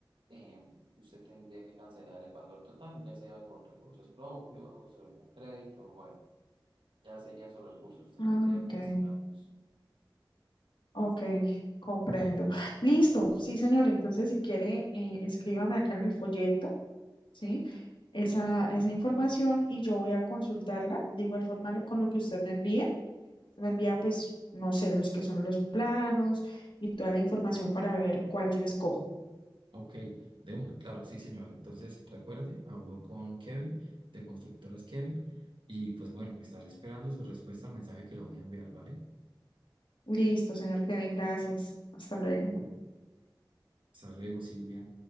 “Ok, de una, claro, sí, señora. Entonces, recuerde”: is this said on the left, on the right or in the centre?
Right